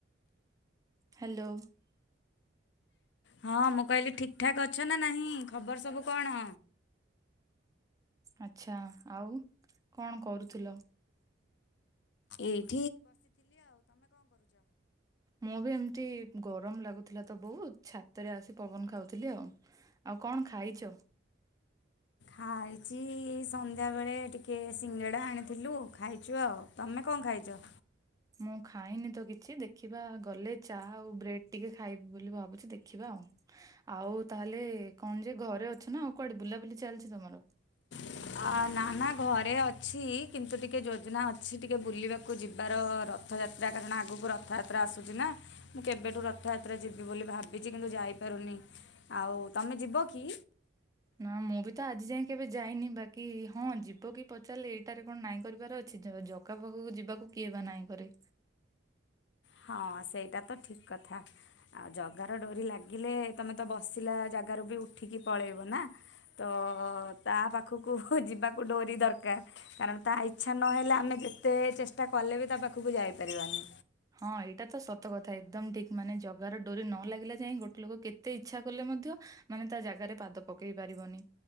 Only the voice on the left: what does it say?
ହଁ ମୁଁ କହିଲି ଠିକଠାକ୍ ଅଛ ନା ନାହିଁ ଖବର ସବୁ କଣ?
ଏଇ
ଖାଇଚି ଏଇ ସନ୍ଧ୍ୟାବେଳେ ଟିକେ ସିଙ୍ଗେଡ଼ା ଆଣିଥିଲୁ ଖାଇଚୁ ଆଉ। ତମେ କଣ ଖାଇ ଚ
<inaudible> ଆ ନା ନା ଘରେ ଅଛି। କିନ୍ତୁ ଟିକେ ଯୋଜନା ଅଛି ଟିକେ ବୁଲିବାକୁ ଯିବାର ରଥଯାତ ଯା କାରଣ ଆଗକୁ ରଥଯାତ୍ରା ଆସୁଚି ନା। ମୁଁ କେବେଠୁ ରଥଯାତ୍ରା ଯିବି ବୋଲି ଭାବିଚି କିନ୍ତୁ ଯାଇପାରୁନି। ଆଉ, ତମେ ଯିବ କି?
ହଁ ସେଇଟା ତ ଠିକ୍ କଥା ଆଉ ଜଗାର ଡୋରି ଲାଗିଲେ, ତମେ ତ ବସିଲା ଜାଗାରୁ ବି ଉଠିକି ପଳେଇବ ନା। ତ ତା ପାଖକୁ ଯିବାକୁ ଡୋରି ଦରକାର କାରଣ ତା ଇଚ୍ଛା ନହେଲେ ଆମେ କେତେ ଚେଷ୍ଟା କଲେ ବି ତା ପାଖକୁ ଯାଇପାରିବାନି।